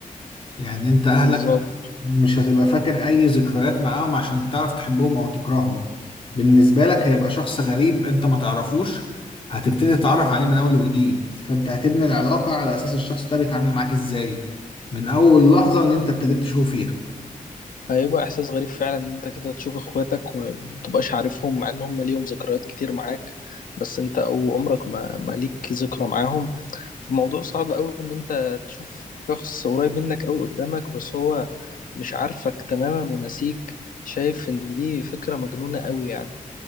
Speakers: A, on the left; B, on the left.
A: يعني انت
B: بالظبط
A: اهلك مش هتبقى فاكر اي ذكريات معاهم عشان تعرف تحبهم او تكرههم بالنسبة لك هيبقى شخص غريب انت ما تعرفوش هتبتدي تتعرف عليه من اول وجديد فانت هتبني العلاقة على اساس الشخص ده بيتعامل معاك ازاي من اول لحظة اللي انت ابتديت تشوفه فيها
B: هيبقى احساس غريب فعلا ان انت كده تشوف اخواتك ومتبقاش عارفهم مع ان هم ليهم ذكريات كتير معاك بس انت او عمرك ما ما ليك ذكرى معاهم فالموضوع صعب قوي ان انت تشوف شخص قريب منك قوي قدامك بس هو مش عارفك تماما ونسيك شايف ان دي فكرة مجنونة قوي يعني